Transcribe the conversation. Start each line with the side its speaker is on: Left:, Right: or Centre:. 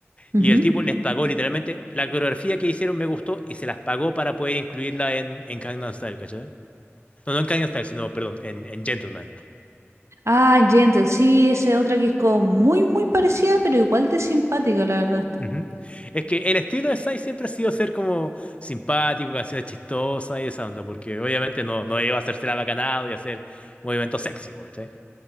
Right: ujú.
Left: Y el tipo les pagó literalmente. La coreografía que hicieron me gustó y se las pagó para poder incluirla en, en Gangnam Style, ¿cachai? No, no en Gangnam Style, sino, perdón, en, en Gentleman.
Right: Ah, Gentle, sí, esa es otra que es como muy, muy parecida, pero igual de simpática, la verdad.
Left: Ujú. Es que el estilo de Psy siempre ha sido ser como simpático, canciones chistosas y esa onda, porque obviamente no, no iba a hacerse la bacanado y hacer movimientos sexy, po, ¿cachai?